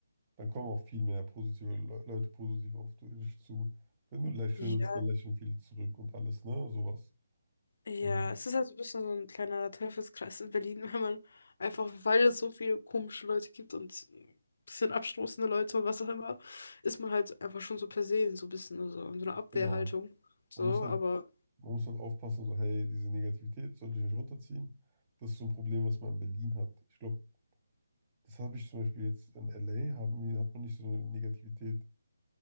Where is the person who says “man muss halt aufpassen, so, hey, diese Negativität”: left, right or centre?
Right